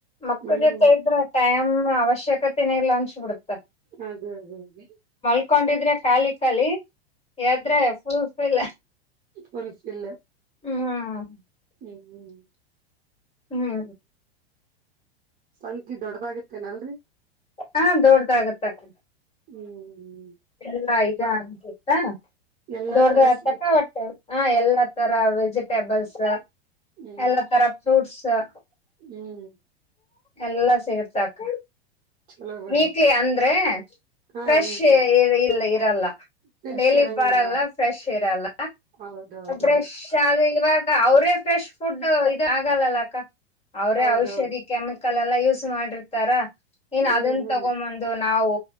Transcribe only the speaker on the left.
ಮಕ್ಕಳ
ಜೊತೆ ಇದ್ರ ಟೈಮ್ ಹ್ಮ್ ಅವಶ್ಯಕತೆನೇ ಇಲ್ಲ ಅನ್ಸಬಿಡ್ತ ಹ್ಮ್
ಮಲ್ಕೊಂಡಿದ್ರೆ ಖಾಲಿ ಖಾಲಿ ಏದ್ರೇ ಫುಲ್ ವಿಲ್ಲಾ
ಹ್ಮ್
ಹ್ಮ್
ಹಾ ದೊಡ್ದಾಗತ ಅಕ್ಕ
ಎಲ್ಲ ಇದ ಅನ್ಸುತ್ತಾ
ದೊಡ್ದಾಗತಕ್ಕ
ಒಟ್ಟೆ ಹ ಎಲ್ಲ ತರ ವೆಜಿಟೇಬಲ್ಸ್
ಎಲ್ಲ ತರ ಫ್ರೂಟ್ಸ್ ಸ
ಎಲ್ಲಾ ಸಿಗತ್ತ ಅಕ್ಕ
ವೀಕ್ಲಿ ಅಂದ್ರೆ
ಫ್ರೆಶ್
ಇ ಇರಲ್ಲ
ಡೇಲಿ ಬರಲ್ಲ ಫ್ರೆಶ್ ಇರಲ್ಲ
ಫ್ರೆಶ್ ಆದ ಇವಾಗ ಅವ್ರೇ ಫ್ರೆಶ್ ಫುಡ್ ಇದ ಆಗಲ್ಲಲ್ಲ ಅಕ್ಕ ಅವರೇ
ಔಷಧಿ ಕೆಮಿಕಲ್ ಲ್ಲ ಯೂಸ್ ಮಾಡಿರ್ತಾರಾ ಇನ್ನ
ಅದನ
ತಗೊಂಬಂದು ನಾವು